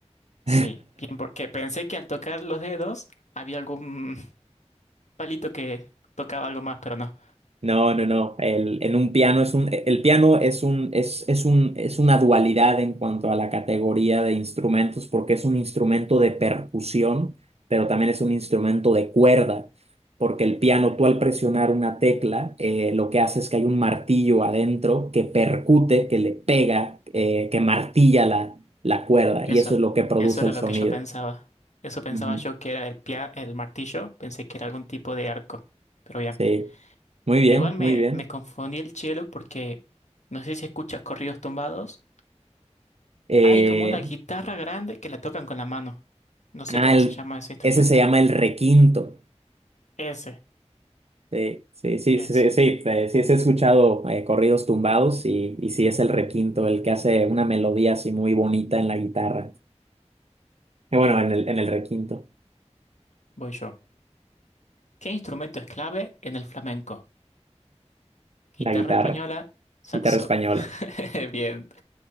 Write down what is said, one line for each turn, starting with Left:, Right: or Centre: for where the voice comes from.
Right: <laughs>
Left: sí. Bien, porque pensé que al tocar los dedos había algún <laughs> palito que tocaba algo más, pero no.
Right: No, no, no. El, en un piano es un, el piano es un, es, es un, es una dualidad en cuanto a la categoría de instrumentos, porque es un instrumento de percusión, pero también es un instrumento de cuerda, porque el piano, tú al presionar una tecla, eh, lo que hace es que hay un martillo adentro que percute, que le pega, eh, que martilla la, la cuerda,
Left: Eso,
Right: y eso es lo que produce
Left: eso era
Right: el
Left: lo
Right: sonido.
Left: que yo pensaba. Eso pensaba
Right: Ujú.
Left: yo que era el pia- el martillo, pensé que era algún tipo de arco. Pero bien,
Right: Sí, muy bien,
Left: igual me,
Right: muy bien.
Left: me confundí el cielo porque no sé si escuchas corridos tumbados.
Right: Eh,
Left: Hay como una guitarra grande que la tocan con la mano. No sé
Right: ah,
Left: cómo
Right: el-
Left: se llama ese instrumento.
Right: ese se llama el requinto.
Left: Ese,
Right: Sí, sí, sí,
Left: ese.
Right: sí, sí, sí, eh, sí, sí he escuchado eh, corridos tumbados y, y sí es el requinto el que hace una melodía así muy bonita en la guitarra. Eh,
Left: Bien,
Right: bueno, en el, en el requinto,
Left: voy yo. ¿Qué instrumento es clave en el flamenco? Guitarra
Right: la guitarra,
Left: española, saxof.
Right: guitarra española.
Left: <laughs> Bien,